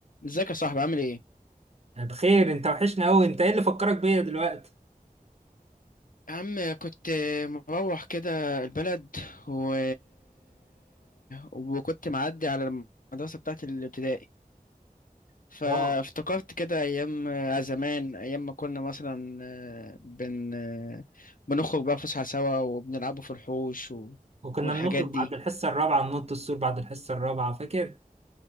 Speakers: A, on the left; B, on the right.
A: ازيك يا صاحبي عامل ايه؟
B: أنا بخير انت وحشنا قوي انت ايه اللي فكرك بيا دلوقتي
A: يا عم كنت مروح كده البلد و... وكنت معدي على المدرسة بتاعت الابتدائي فافتكرت
B: اه
A: كده أيام زمان أيام ما كنا مثلا آه، بن آه، بنخرج بقى فسحة سوا وبنلعبوا في الحوش و...
B: وكنا
A: والحاجات
B: بنخرج
A: دي
B: بعد الحصه الرابعه ننط السور بعد الحصه الرابعه فاكر